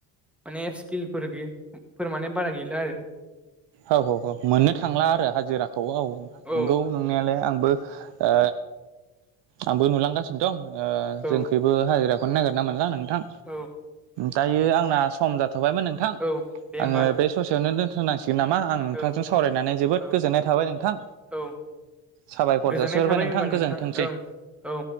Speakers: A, in the centre; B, on the right.
A: माने स्किलफोर फोर माने बारा गैला आरो।
B: औ हौ हौ मोननो थांला आरो हाजिराखौ औ
A: औ
B: नंगौ नंनायालाय आंबो ओ आंबो नुलांगासिनो दं ओ
A: औ
B: जोंखबो हाजिराखौनो नागिरनाा मोनला नों थां
A: औ
B: दायो आंना सम जाथ'बायमोन नोंथां
A: औ दे
B: आङो
A: होमबा
B: बे ससेयावनो दोन थ'सै नामा आं नोंथांजों
A: औ
B: सावरायनानै जोबोद
A: औ
B: गोजोननाय थाबाय नोंथां।
A: औ
B: साबायखर
A: गोजोननाय
B: जासि हरबाय
A: थाबाय
B: नोंथां
A: होमबा
B: गोजोनथोंसै
A: ओं
B: ‌।
A: औ